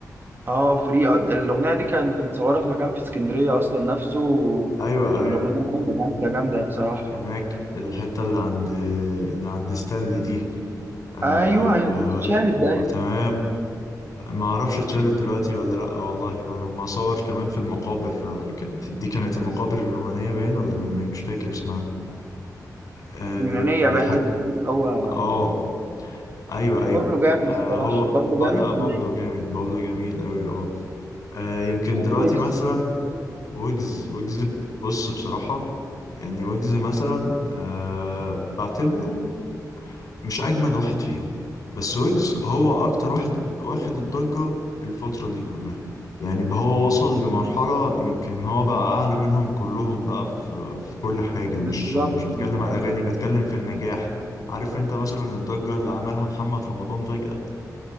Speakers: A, on the right; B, on the left.
A: اه فري آه، الاغنيه دي كانت متصوره في مكان في اسكندريه اصلا نفسه و...
B: ايوه
A: والاغنيه
B: ايوه
A: جامده جامده جامده بصراحه
B: هناك الحته اللي عند اللي عند ستانلي دي آه
A: ايوه هي بتتشال الدقايق
B: وتمام ما اعرفش اتشالت دلوقتي ولا لا والله ولما صور كمان في المقابر آه، كانت- دي كانت المقابر الرومانيه باين ولا اليونانيه مش فاكر اسمها آه
A: يونانيه
B: الحته
A: باين حاجه زي كده هو
B: اه ايوه ايوه
A: بابلو جامد
B: آه
A: الصراحه
B: هو
A: بابلو
B: ب...
A: جامد
B: لا بابلو
A: و...
B: جامد بابلو جميل قوي اه آه، يمكن
A: وويجز
B: دلوقتي مثلا ويجز ويجز بص بصراحة يعني ويجز مثلا أه بعتبره مش أجمد واحد فيهم بس ويجز هو أكتر واحد واخد الضجة الفترة دي كلها يعني بقى هو وصل لمرحلة يمكن هو بقى أعلى منهم كلهم بقى في في كل حاجة
A: بالظبط
B: مش مش بتكلم
A: بالظبط
B: على الأغاني بتكلم في النجاح عارف أنت مثلا الضجة اللي عملها محمد رمضان فجأة